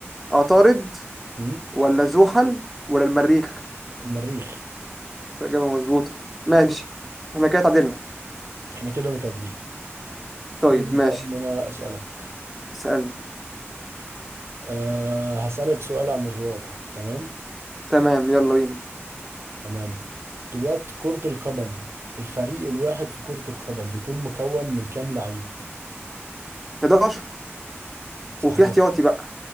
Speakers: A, in the centre; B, on the right.
A: عطارد
B: مم؟
A: ولا زحل ولا المريخ
B: المريخ
A: بس إجابة مظبوطة ماشي احنا كده اتعادلنا
B: احنا كده متعادلين
A: طيب
B: دوري
A: ماشي
B: بقى ان انا اسالك
A: اسألني
B: أه هسالك سؤال عن الرياضه تمام
A: تمام يلا بينا
B: تمام دلوقتي كره القدم الفريق الواحد في كره القدم بيكون مكون من كام لعيب
A: 11
B: صحيح
A: وفي احتياطي بقى